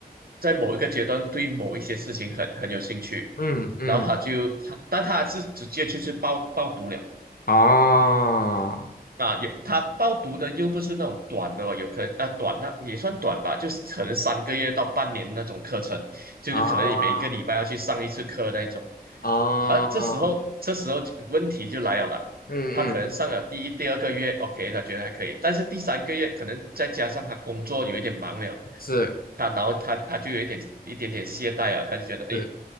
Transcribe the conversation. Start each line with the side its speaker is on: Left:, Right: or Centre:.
Right: 在某一个阶段对某一些事情很很有兴趣，
Left: 嗯嗯，
Right: 然后他就他，但他是直接就是报报读了，
Left: 哦，
Right: 啊，有他报读的又不是那种短的哦，有可能啊短那也算短吧，就是可能三个月到半年那种课程，就是可能你每个礼拜要去上一次课那一种。
Left: 哦，哦，
Right: 而这时候这时候就问题就来了啦
Left: 嗯嗯，
Right: 他可能上了第一、第二个月，OK，他觉得还可以，但是第三个月可能再加上他工作有一点忙了，
Left: 是
Right: 他然后他他就有一点一点点懈怠啊，他就觉得哎，
Left: 是，
Right: 诶